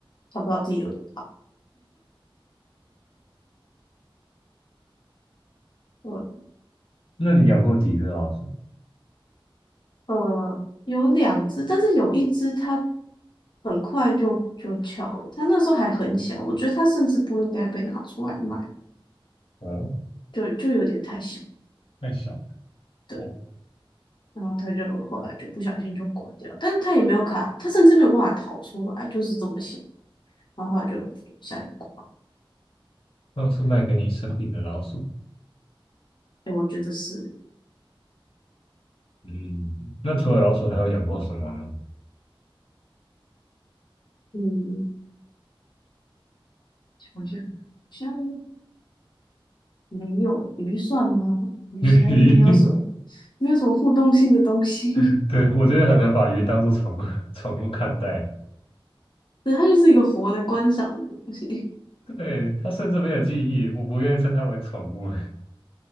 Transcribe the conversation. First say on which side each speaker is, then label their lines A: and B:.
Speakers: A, on the left; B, on the left.
A: 它不知道自己有多胖。对
B: 那你养过几只老鼠？
A: 呃，有两只，但是有一只它很快就就翘了，它那时候还很小，我觉得它甚至不应该被拿出来卖，
B: 哦，
A: 就就有点太小，
B: 太小了。
A: 对，
B: 哦。
A: 然后它就后来就不小心就挂掉了，但是它也没有卡，它甚至没有办法逃出来，就是这么小，然后后来就就下去挂，
B: 那是卖给你生病的老鼠。
A: 哎，我觉得是，
B: 嗯，那除了老鼠，还有养过什么呢？
A: 嗯，我想想好像没有鱼算吗？鱼是，
B: 鱼，
A: 但是没有什么没有什么互动性的东西，
B: <laughs> 对，我觉得很难把鱼当做宠物宠物看待。
A: <laughs> 对，它就是一个活的观赏的东西。
B: 对，它甚至没有记忆，我不愿意称它为宠物，